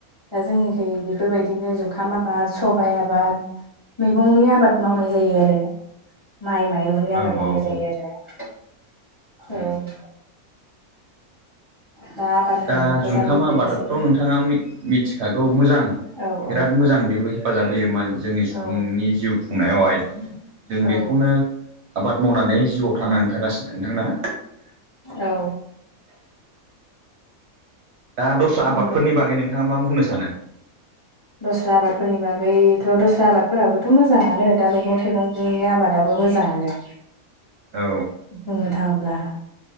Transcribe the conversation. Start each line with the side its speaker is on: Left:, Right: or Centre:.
Left: दा जोंनिखै बेफोरबायदिनो जुखाम आबाद सबाइ आबाद मैगंनि आबाद मावनाय जायो आरो माइ माइरं ननि आबाद
Right: औ
Left: मावनाय
Right: औ
Left: जायो
Right: औ
Left: आरो
Right: उम
Left: औ दा आबाद होनोब्लाथ'
Right: दा जुंखाम
Left: बेफोरनोसै
Right: आबादखौ नोंथाङा मि मिथिखागौ मोजां।
Left: औ
Right: बिराद
Left: औ
Right: मोजां बेबो हेफाजाब होयोमोन जोंनि सुबुंनि
Left: औ
Right: जिउ खुं खुंनायावहाय जों
Left: औ
Right: बेखौनो आबाद मावनानै जिउआव थांनानै थांगासिनो नोंथां ना?
Left: औ।
Right: दा दस्रा
Left: नंगौ
Right: आबादफोरनि बागै नोंथाङा मा बुंनो सानो?
Left: दस्रा आबादफोरनि बागैथ' दस्रा आबादफोराबोथ' मोजाङानो दा मैगं थाइगंनि आबादाबो मो जानो
Right: औ।
Left: बुंनो थाङोब्ला।